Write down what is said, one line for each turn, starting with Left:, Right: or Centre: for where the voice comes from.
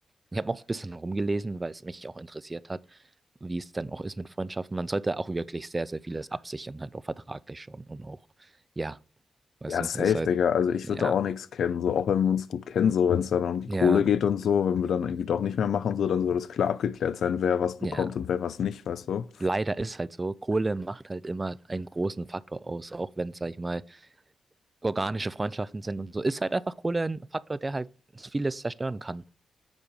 Right: ich habe auch ein bisschen rumgelesen, weil es mich auch interessiert hat, wie es dann auch ist mit Freundschaften. Man sollte auch wirklich sehr, sehr vieles absichern, halt auch vertraglich schon und auch, ja, weißt
Left: Ja,
Right: du,
Left: safe,
Right: ist halt,
Left: Digga. Also ich
Right: ja,
Left: würde da auch nichts kennen, so auch wenn wir uns gut kennen, so wenn es dann um die
Right: ja,
Left: Kohle geht und so, wenn wir dann irgendwie doch nicht mehr machen, so, dann soll das klar abgeklärt sein, wer was bekommt
Right: ja.
Left: und wer was nicht, weißt du?
Right: Leider ist halt so, Kohle macht halt immer einen großen Faktor aus, auch wenn, sag ich mal, organische Freundschaften sind und so, ist halt einfach Kohle ein Faktor, der halt vieles zerstören kann.